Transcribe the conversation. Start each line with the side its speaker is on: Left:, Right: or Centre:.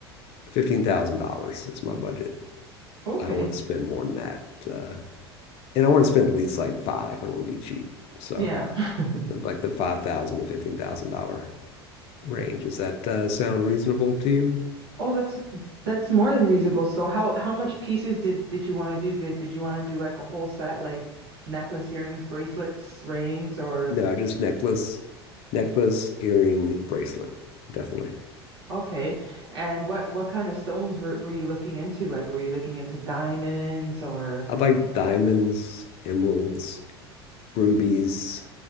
Left: fifteen thousand dollars is my budget.
Right: okay.
Left: I don't want to spend more than that. Uh, and I want to spend at least like five. I don't want to be cheap. So
Right: Yeah. <laughs>
Left: like the five thousand to fifteen thousand dollar range. Does that uh, sound reasonable to you?
Right: Oh, that's that's more than reasonable. So how how much pieces did did you want to do? Did did you want to do like a whole set, like necklace, earrings, bracelets, rings, or
Left: No, just necklace, necklace, earring, bracelet, definitely.
Right: okay. And what what kind of stones were were you looking into? Like were you looking into diamonds or
Left: I'd like diamonds, emeralds, rubies.